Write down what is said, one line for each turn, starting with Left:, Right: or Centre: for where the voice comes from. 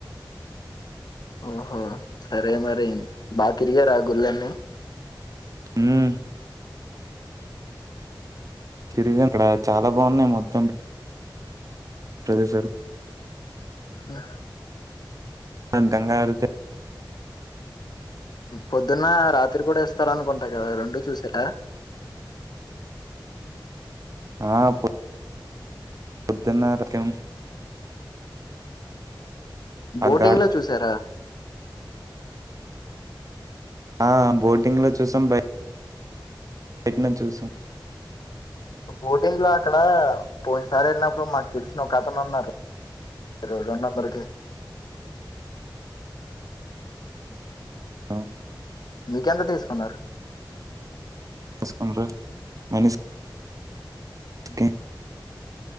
Left: ఓహో సరే మరి బా తిరిగారా గుడులు అన్ని
Right: ఉమ్ తిరిగాన్ అక్కడ చాలా బాగున్నాయి మొత్తం సరే సరే
Left: హా
Right: అంతగారుకే
Left: పొద్దున్న రాత్రి కూడా ఇస్తారు అనుకుంటా కదా రెండు చూసారా?
Right: ఆ పొద్దున్నరకం
Left: బోర్టింగ్
Right: ఘాట్
Left: లో చూసారా?
Right: ఆ బోటింగ్లో చూసాం బే పేట్నం చూసాం
Left: బోటింగ్ లో అక్కడ పోయిన సారి వెళ్ళినప్పుడు మాకు తెలిసిన ఒక అతను ఉన్నాడు. రెండో నంబర్కికే
Right: ఆ,
Left: మీకెంత తీసుకున్నారు.
Right: తీసుకున్నరె మనిష్ ఓకే